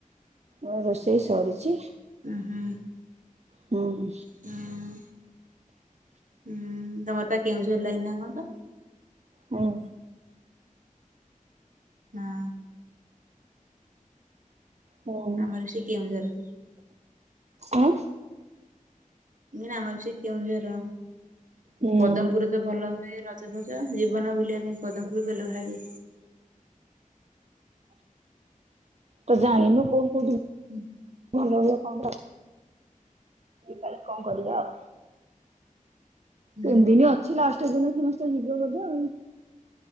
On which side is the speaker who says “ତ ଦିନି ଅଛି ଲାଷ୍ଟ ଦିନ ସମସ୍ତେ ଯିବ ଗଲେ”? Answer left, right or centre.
Right